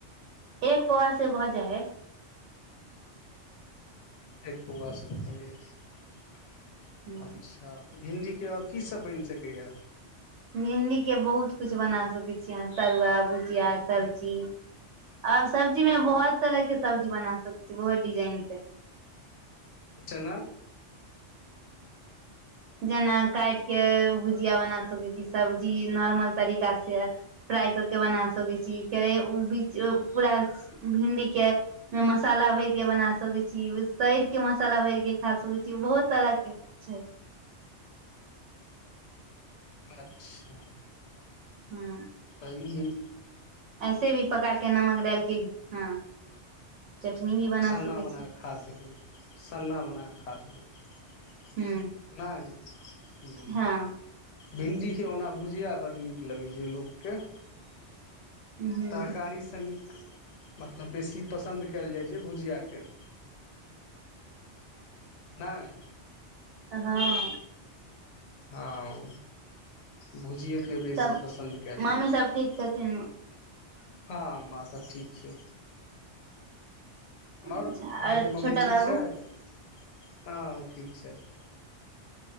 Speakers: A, on the right (about 80°); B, on the left (about 65°).
A: एक पौआसँ भऽ जाइ हैय
B: एक पौआ सँ भऽ जाइत छै
A: ह
B: अच्छा भिंडी के आओर की सभ बनि सकैए
A: भिंडीके बहुत किछु बना सकैत छियै अहाँ तरुआ भुजिया सब्जी आओर सब्जीमे बहुत तरहके सब्जी बना सकैत छी बहुत डिजाइनके
B: जेना
A: जेना काटिके भुजिया बना सकैत छी सब्जी नॉर्मल तरीकासँ फ्राइ कऽ के बना सकैत छी फेर उ बिचे पूरा भिंडीके ओहिमे मशाला भरिके बना सकैत छी तैरके मशाला भरिके खा सकैत छी बहुत तरहके छै
B: अच्छा
A: हुँ
B: हुँ हुँ
A: ऐसे भी पकाके नमक डालिके भी हँ चटनी भी बना
B: सन्ना
A: सकै
B: बना
A: छी
B: कऽ खा सकैत छी सन्ना बना कऽ खा सकैत छी
A: हूँ
B: नहि हूँ
A: हँ
B: भिंडीकेँ ओना भुजिया बड्ड नीक लगै छै लोककेँ
A: हूँ
B: तरकारीसँ नीक मतलब बेसी पसन्द कयल जाइ छै भुजियाके नहि
A: हँ
B: हँ भुजिएके बेसी
A: तऽ
B: पसन्द कयल
A: मम्मी
B: जाइ
A: सब
B: छै
A: ठीक छथिन
B: हँ माँ सब ठीक छै
A: अच्छा
B: आओर अहाँके
A: आओर
B: मम्मी
A: छोटा
B: ठीक
A: बाबू
B: छथि हँ ओ ठीक छथि